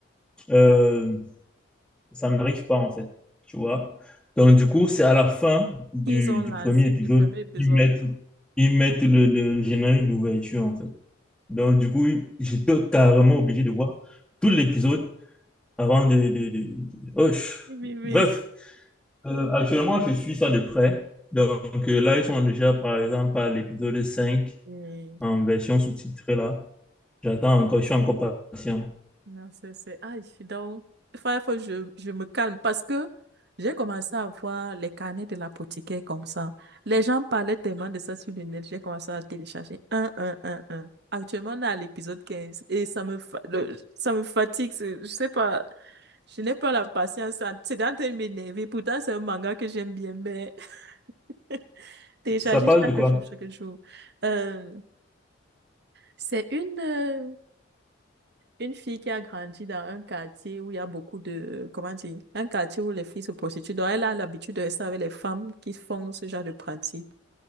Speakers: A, in the centre; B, on the right.
A: euh, ça n'arrive pas en fait, tu vois. Donc du coup, c'est à la fin du,
B: qu'ils ont lancé
A: du premier épisode
B: du premier épisode.
A: qu'ils mettent, ils mettent le, le générique d'ouverture en fait. Donc du coup, j'étais carrément obligé de voir tout l'épisode avant de... de, de- de- Oh, je-
B: Oui, oui, oui.
A: Bref, Euh, actuellement, je suis ça de près. Donc euh, là, ils sont déjà par exemple à l'épisode 5
B: Oui.
A: en version sous-titrée là. J'attends encore, je suis encore patient.
B: Non, c'est, c'est... Ah, je suis donc... Il faut, il faut que je, je me calme parce que j'ai commencé à voir les carnets de l'apothicaire comme ça. Les gens parlaient tellement de ça sur le net, j'ai commencé à télécharger un, un, un, un. Actuellement, on est à l'épisode 15 et ça me, fa- le- ça me fatigue. c'est- Je sais pas, je n'ai pas la patience. à- C'est en train de m'énerver. Pourtant, c'est un manga que j'aime bien, mais <laughs> télécharger
A: Ça, ça parle
B: chaque
A: de quoi?
B: jour, chaque jour. Euh, C'est une, euh, une fille qui a grandi dans un quartier où il y a beaucoup de, euh, comment dire, un quartier où les filles se prostituent. Donc, elle a l'habitude de rester avec les femmes qui font ce genre de pratique.